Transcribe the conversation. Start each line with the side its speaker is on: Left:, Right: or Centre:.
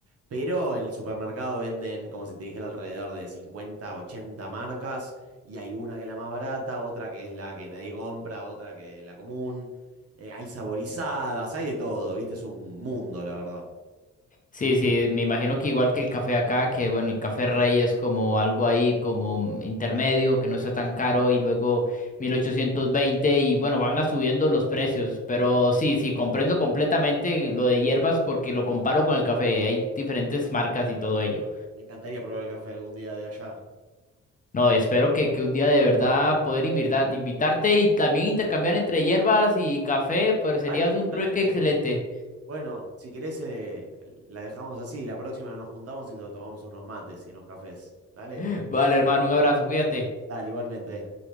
Right: Pero en el supermercado venden, como si te dijera, alrededor de 50, 80 marcas. Y hay una que es la más barata, otra que es la que nadie compra, otra que es la común. Eh, hay saborizadas, hay de todo, ¿viste? Es un mundo, la verdad.
Left: Sí, sí, me imagino que igual que el café acá, que bueno, el café rey es como algo ahí como mm, intermedio, que no está tan caro y luego 1820 y bueno, van a subiendo los precios, pero sí, sí, comprendo completamente lo de hierbas porque lo comparo con el café, hay diferentes marcas y todo ello.
Right: Me encantaría probar el café algún día de allá.
Left: No, espero que, que un día de verdad poder invitar, invitarte y también intercambiar entre hierbas y café, pues sería
Right: Vale,
Left: un
Right: totalmente.
Left: trueque excelente.
Right: Bueno, si querés, eh, la dejamos así. La próxima nos juntamos y to- tomamos unos mates y unos cafés. Dale,
Left: <laughs> Vale, hermano, un abrazo, cuídate.
Right: dale, igualmente.